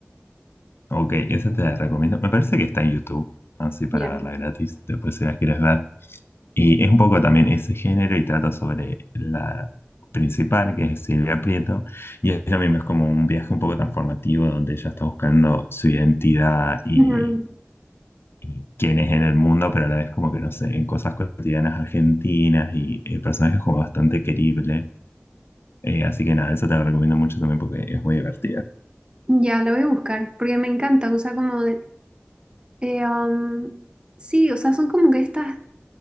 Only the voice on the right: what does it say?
Ya.
Ujú.
Ya, la voy a buscar, porque me encanta, o sea, como de... eh, am, sí, o sea, son como que estas